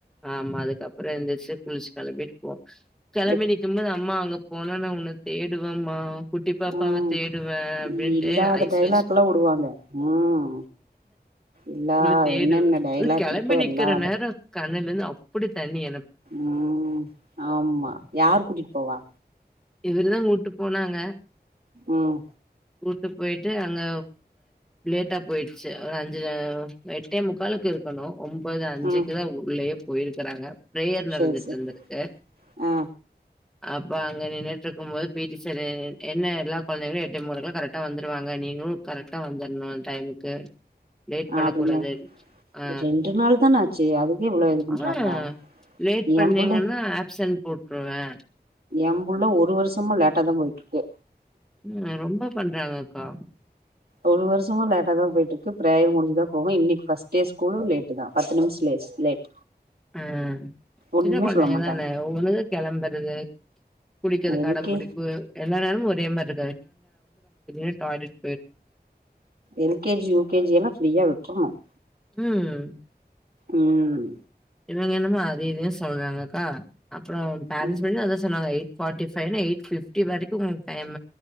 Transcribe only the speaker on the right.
எப்
ம்
இல்லாத
டைலாக்ல்லா
வுடுவாங்க ம் எல்லா
என்னென்ன டைலாக்
இருக்கோ
எல்லா
ம் ஆமா யாரு கூட்டிகிட்டு போவா
ம்
ம்
சேரி சேரி
ஆ
ஆ
அப்டிங்க
ரெண்டு நாள் தான ஆச்சு அதுக்கே இவ்ளோ இது பண்றாங்களா
என் புள்ள
என்புள்ள ஒரு வருஷமா லேட்டாதான் போயிட்டு இருக்கு
ஒரு வருஷமா லேட்டா தான் போயிட்டு இருக்கு பிரேய முடி்சதான் போங்க இன்னைக்கு பர்ஸ்ட் டே ஸூலும் லேட்டு தான் பத்து நிமிஷம் லே் லேட்
ஒண்ணுமே
சொல்ல மாட்டாங்க
எல்
கே
எல்கேஜி யூகேஜி எல்லாம் ஃப்ரீயா விட்ரணும்.
ம்
ம்